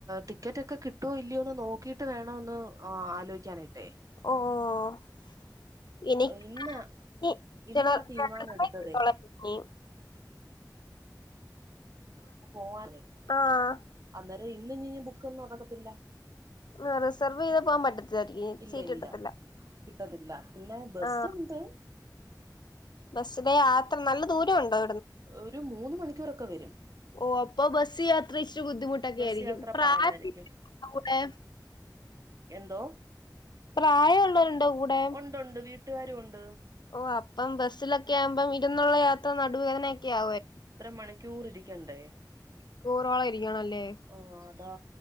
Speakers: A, on the right (about 50°); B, on the left (about 80°).
A: ടിക്കറ്റൊക്കെ കിട്ട്വോ ഇല്ലയോന്ന് നോക്കി നോക്കീട്ട് വേണോന്ന് ആലോയിക്കാനായിട്ടെയ്
B: ഓഹ് <unintelligible>
A: ഇന്ന് ഇന്നാ തീരുമാനം എടുത്തതേ പോവാനെയ്
B: ആഹ്
A: അന്നേരം ഇന്ന് ഞ്ഞി ഞ്ഞി ബുക്കൊന്നും നടക്കത്തില്ല
B: ആഹ് റിസർവ് ചെയ്ത് പോവാൻ പറ്റത്തിലാരിക്കും ഇനി
A: ഇല്ല
B: സീറ്റ്
A: ഇല്ല
B: കിട്ടത്തില്ല
A: കിട്ടത്തില്ല പിന്നെ ബസ്സോണ്ട്
B: ആഹ് ബസ്സിലെ യാത്ര നല്ല ദൂരോണ്ടോ
A: ഒരു മൂന്ന് മണിക്കൂറൊക്കെ വരും
B: ഓഹ് അപ്പൊ ബസ് യാത്ര ഇച്ചിരി ബുദ്ധിമുട്ടൊക്കെ
A: ബസ്
B: ആയിരിക്കും
A: യാത്ര
B: പ്രായമുള്ളൊരുണ്ടോ
A: പാടായിരിക്കും
B: കൂടെ
A: എന്തോ
B: പ്രായോള്ളോരുണ്ടോ കൂടെ
A: ഉണ്ടുണ്ട് വീട്ടുകാരും ഉണ്ട്
B: ഓഹ് അപ്പം ബസ്സിലൊക്കെ ആവുമ്പം ഇരുന്നുള്ള യാത്ര നടുവേദനയൊക്കെ ആവെയ്
A: എത്ര മണിക്കൂർ ഇരിക്കണ്ടേ
B: മണിക്കൂറോളം ഇരിക്കണല്ലേ
A: ഓഹ് അതാ